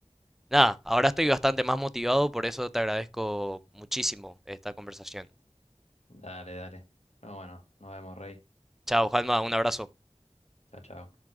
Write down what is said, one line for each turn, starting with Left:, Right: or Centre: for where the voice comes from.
Centre: Nada, ahora estoy bastante más motivado, por eso te agradezco muchísimo esta conversación.
Left: Dale, dale. No, bueno, nos vemos, Rey.
Centre: Chao, Juanma, un abrazo.
Left: Chao, chao.